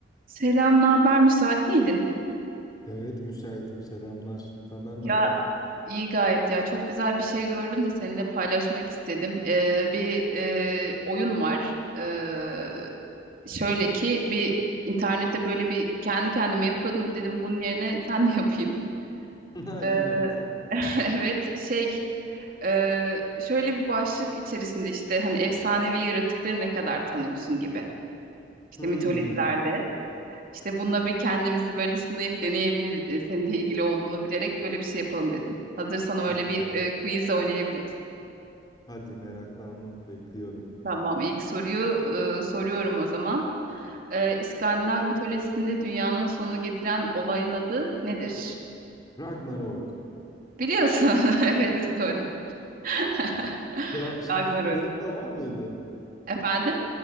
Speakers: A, on the right (about 50°); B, on the left (about 25°).
A: Selam, ne haber? Müsait miydin?
B: Evet, müsaitim. Selamlar. Senden
A: Ya
B: ne haber?
A: iyi gayet ya. Çok güzel bir şey gördüm de seninle paylaşmak istedim. Ee, bir e, oyun var. Ee, şöyle ki bir internette böyle bir kendi kendime yapıyordum dedim bunun yerine <laughs> sen de yapayım.
B: <laughs>
A: Ee,
B: Ha, iyi yaptın.
A: <laughs> evet şey e, şöyle bir başlık içerisinde işte hani efsanevi yaratıkları ne kadar tanıyorsun gibi. İşte
B: Hmm.
A: mitolojilerde. İşte bununla bir kendimizi böyle sınayıp deneyebiliriz. E, Senin de ilgili olduğunu bilerek böyle bir şey yapalım dedim. Hazırsan öyle
B: Güzel.
A: bir e, quiz oynayabiliriz.
B: Hadi meraklandım. Bekliyorum.
A: Tamam, ilk soruyu e, soruyorum o zaman. E, İskandinav mitolojisinde dünyanın sonunu getiren olayın adı nedir?
B: Ragnarok.
A: Biliyorsun. <laughs> Evet, doğru. <laughs>
B: Ya, şimdi
A: Ragnarok.
B: şıkların da var mıydı?
A: Efendim?